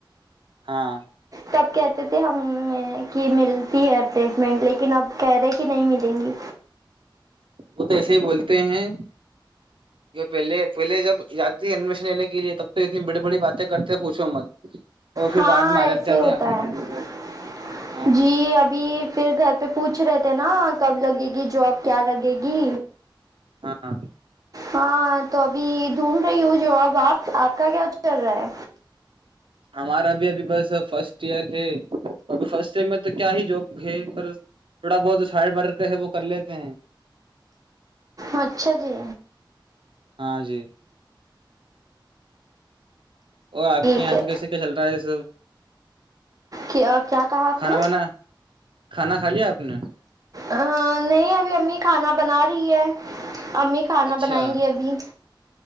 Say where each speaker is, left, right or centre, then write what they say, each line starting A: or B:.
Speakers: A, on the right (about 85°); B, on the right (about 45°).
A: ہاں
B: تب کہتے تھے ہم کہ ملتی ہے ر پلیسمنٹ لیکن اب کہہ رہے کہ نہیں ملیں گی
A: وہ تو ایسے ہی بولتے ہیں کہ پہلے پہلے جب جاتی ہے ایڈمیشن لینے کے لیے تب تو اتنی بڑی بڑی باتیں کرتے ہیں پوچھو مت اور پھر
B: ہاں
A: بعد میں آ
B: ایسے
A: جاتے
B: ہوتا
A: ہیں اپنے والے
B: ہے
A: پہ ہاں
B: جی ابھی پھر گھر پہ پوچھ رہے تھے نا کب لگے گی جاب کیا لگے گی
A: ہاں
B: ہاں تو ابھی ڈھونڈھ رہی ہوں جو اب آپ آپ کا کیا چل رہا ہے
A: ہمارا بھی ابھی بس فرسٹ ایئر ہے ابھی فرسٹ ایئر میں تو کیا ہی جاب ہے پر تھوڑا بہت ہارڈ ورک ہے وہ کر لیتے ہیں
B: اچھا جی
A: ہاں جی اور آپ
B: ٹھیک
A: کے یہاں
B: ہے
A: سے کیسے کیا چل رہا ہے یہ سب
B: کیا کیا کہا آپ
A: کھانا
B: نے
A: وانا کھانا کھا لیا آپ نے
B: ہ نہیں ابھی امی کھانا بنا رہی ہے امی کھانا
A: اچھا
B: بنائیں گی ابھی